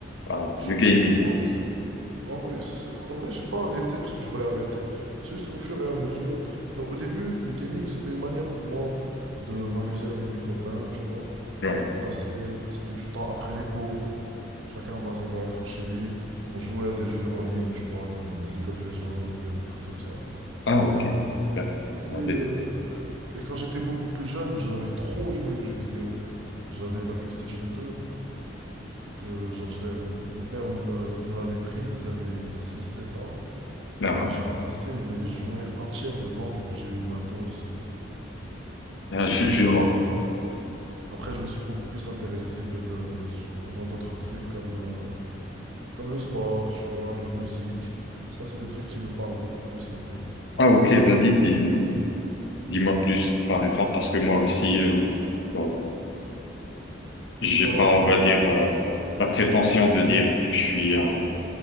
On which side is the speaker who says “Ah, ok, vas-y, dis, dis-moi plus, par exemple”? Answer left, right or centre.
Left